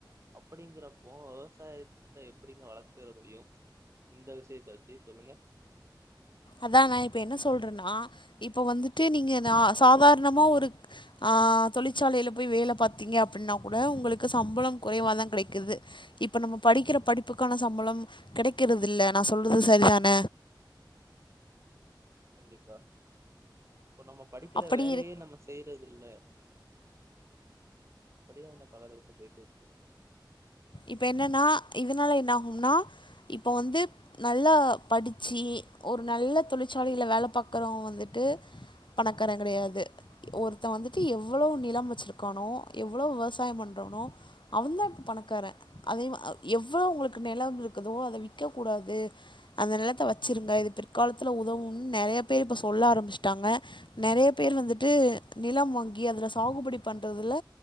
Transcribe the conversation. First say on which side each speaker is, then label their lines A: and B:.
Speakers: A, on the right (about 35°); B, on the left (about 75°).
A: அப்டிங்கிறப்போ விவசாயத்த எப்டிங்க வளர்த்துற முடியு இந்த விஷயத்த வச்சி சொல்லுங்க
B: அதா நா இப்ப என்ன சொல்றனா இப்பொ வந்துட்டு நீங்க நா சாதார்ணமா ஒரு அ ஆ தொழிற்சாலையில போய் வேல பாத்தீங்க அப்பின்னா கூட உங்களுக்கு சம்பளம் குறைவா தா கிடைக்கிது இப் இப்ப நம்ம படிக்கிற படிப்புக்கான சம்பளம் கெடைக்கிறதில்ல நா சொல்றது சரிதான
A: கண்டிப்பா இப்ப நம்ம படிக்கிற
B: அப்படி
A: வேலையே
B: இரு
A: நம்ம செய்றதில்ல அப்படிதா இந்த காலங்கள் இப்ப போயிட்ரு
B: இப்ப என்னன்னா இதுனால என்னாஹும்னா இப்பொ வந்து நல்லா படிச்சீ ஒரு நல்ல தொழிற்சாலையில வேல பாக்குறவ வந்துட்டு பணக்காரங் கடையாது ஒருத்த வந்துட்டு எவ்வளோ நிலம் வச்சிருக்கானோ எவ்வளோ விவசாயம் பண்றானோ அவந்தா இப்ப பணக்கார அதே வ அ எவ்வளோ உங்களுக்கு நெலம் இருக்குதோ அத விக்கெக் கூடாது அந்த நிலத்த வச்சிருங்க அ இது பிற்காலத்துல உதவூன் நெறைய பேர் இப்ப சொல்ல ஆரம்பிஷ்ட்டாங்க நெறைய பேர் வந்துட்டு நில லம் வாங்கி அதுல சாகுபடி பண்றதுல